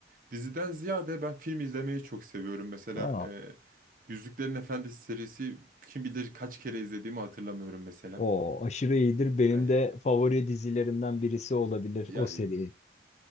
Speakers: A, on the right; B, on the left.
A: Diziden ziyade ben film izlemeyi çok seviyorum. Mesela
B: Aa,
A: e, Yüzüklerin Efendisi serisi kim bilir kaç kere izlediğimi hatırlamıyorum mesela.
B: o aşırı iyidir. Benim
A: Yani,
B: de favori dizilerimden birisi olabilir
A: ya
B: o seri.